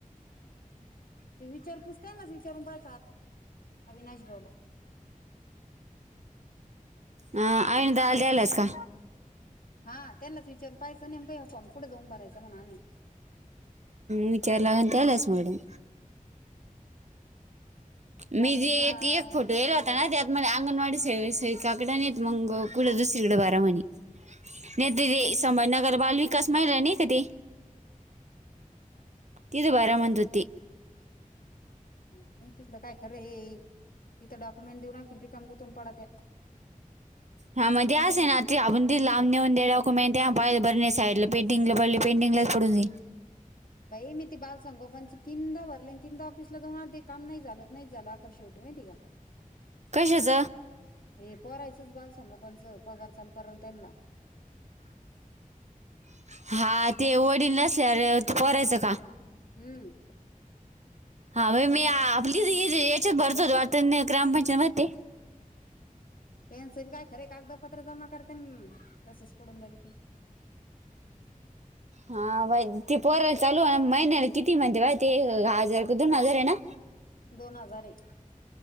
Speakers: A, on the left; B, on the right.
A: ते विचार पुूजताय ना विचारून पाय अविनाश बोलला
B: ह आईन द द्यायलाच का
A: हा त्यांनाच विचार पाहायचं नाहीम का फॉन क पुढे जाऊन भरायचा म्हणा
B: विचार लाून केलास मॅडम
A: कारण
B: मी जे
A: शाळा
B: येत एक फोटो गला होता त आ म अंगन नडी स स क काकडणी मंग कुड दुसरीकड बार मणी नेत ते संभ नगर बल वििकस महिला नाही क तेी ति बरा मंदुती
A: नाही तिकं काय खरं ये तथं डॉक्युमेंट देऊनखेन रीिकांगुतून पडत
B: हा म तेे असे ना ते आपण त लांब नेऊन दे डाकू मे पाहिलं बर नाही साईड पे पेिंग ल पले पेंंगलाात प पुडं
A: भई मी ते बाल संगोपनचे तीनदा भरले तीनदा ऑफिसला जाऊन आध काम नाही झालं नाही चला अख शेवटी माहिती का
B: कशच
A: हे परायचंच बाल संघ पणच पगार चालू करायला त्यां ना
B: <unintelligible> हा ते वडील नसल्या ते परायचं का
A: हम्म
B: हा मी आपली याच्यात भरतो वात ग्रामपंचायत म
A: त्यांची काय खरे कागदपत्र जमा करते तसेच सोडून द ते
B: हा बा ते पोरायला चालू महिन्याला किती म्हणती बा ते हजार क दोन हजार आहे ना
A: दोन हजार एक